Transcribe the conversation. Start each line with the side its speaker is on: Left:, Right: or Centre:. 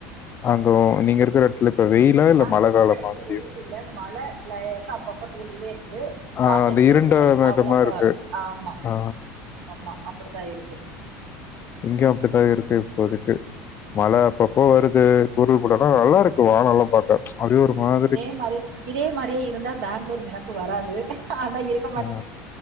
Left: அங்க நீங்க இருக்கிற இடத்துல இப்ப வெயிலா இல்ல
Right: நாங்க
Left: மழ
Right: இருக்கிற
Left: காலமா
Right: இடத்துல
Left: கிளை
Right: வெயில் இல்ல மழ லேசா அப்பப்ப தூறிக்கிட்டேருக்குது
Left: ஆ
Right: காத்தடிச்சுக்கிட்டுருக்குது
Left: அந்த இருண்ட மேகமா
Right: அவ்ளோக்கா
Left: இருக்கு.
Right: ஆமா
Left: ஆ
Right: ஆமா அப்டித்தா இருக்கு
Left: இங்கேயு அப்டிதா இருக்கு இப்போதைக்கு
Right: ம்
Left: மழ அப்பப்போ வருது ஊருக்கு போனனா நல்லாருக்கு வானமெல்லா பாக்க அப்டியே ஒரு மாரி
Right: இதே மாரியே இதே மாதிரியே இருந்தா பேங்ளூர் நெனப்பு வராது ஆனா இருக்
Left: ஆ